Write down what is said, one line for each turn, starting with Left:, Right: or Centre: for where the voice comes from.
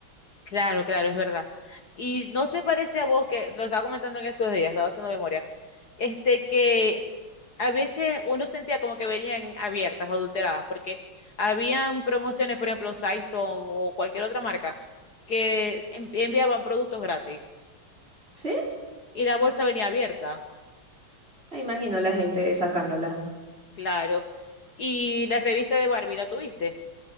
Left: Claro, claro, es verdad. ¿Y no te parece a vos que lo estaba comentando en estos días, estaba haciendo memoria, este que a veces uno sentía como que venían abiertas o adulteradas, porque habían promociones, por ejemplo, Saison o cualquier otra marca, que en- enviaban productos gratis
Right: ¿Sí?
Left: y la bolsa venía abierta,
Right: Me imagino la gente sacándola.
Left: claro. Y la revista de Barbie, ¿la tuviste?